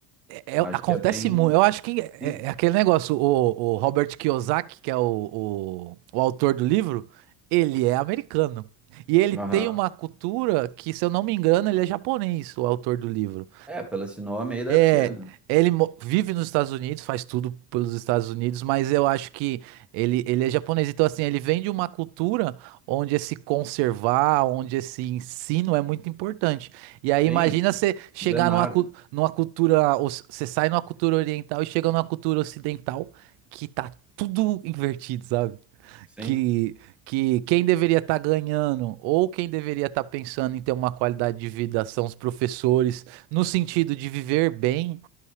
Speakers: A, on the right (about 80°); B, in the centre.
A: é-
B: acho
A: acontece
B: que é bem,
A: muito. Eu acho que é,
B: sim,
A: é aquele negócio. O, o Robert Kiyosaki, que é o, o, o autor do livro, ele é americano. E ele
B: aham.
A: tem uma cultura que, se eu não me engano, ele é japonês, o autor do livro.
B: É, pelo esse nome aí deve
A: É,
B: ser, né?
A: ele mo- vive nos Estados Unidos, faz tudo pelos Estados Unidos, mas eu acho que ele, ele é japonês. Então, assim, ele vem de uma cultura onde esse conservar, onde esse ensino é muito importante. E aí,
B: Sim,
A: imagina você chegar
B: milenar,
A: numa, cu-
B: né?
A: numa cultura, os- você sai numa cultura oriental e chega numa cultura ocidental que tá tudo invertido, sabe?
B: Sim.
A: que, que quem deveria estar ganhando ou quem deveria estar pensando em ter uma qualidade de vida são os professores, no sentido de viver bem,